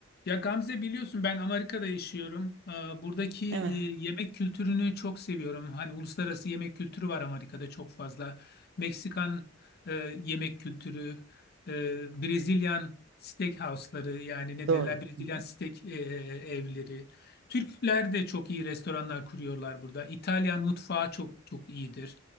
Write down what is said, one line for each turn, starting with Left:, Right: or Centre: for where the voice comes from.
Left: Ya Gamze biliyorsun ben Amerika'da yaşıyorum. Ee, Buradaki e,
Right: Evet,
Left: yemek kültürünü çok seviyorum. Hani uluslararası yemek kültürü var Amerika'da çok fazla. Meksikan e, yemek kültürü, e, Brezilyan steakhouse'ları yani ne
Right: doğru.
Left: derler Brezilyan
Right: Hı hı,
Left: steak e, e, e, evleri. Türkler de çok iyi restoranlar kuruyorlar burada. İtalyan mutfağı çok çok iyidir.